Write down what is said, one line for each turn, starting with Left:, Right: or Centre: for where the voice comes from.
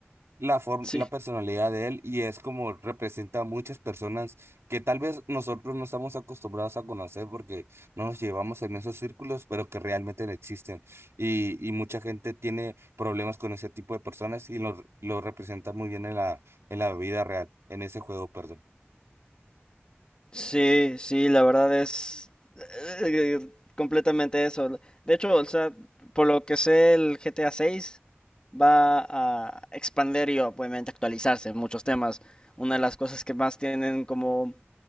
Right: la forma,
Left: sí,
Right: la personalidad de él y es como representa a muchas personas que tal vez nosotros no estamos acostumbrados a conocer porque no nos llevamos en esos círculos, pero que realmente no existen. Y, y mucha gente tiene problemas con ese tipo de personas y lo, lo representa muy bien en la, en la vida real, en ese juego, perdón.
Left: sí, sí, la verdad es eh, completamente eso. De hecho, o sea, por lo que sé, el GTA 6 va a expandir y obviamente actualizarse en muchos temas. Una de las cosas que más tienen como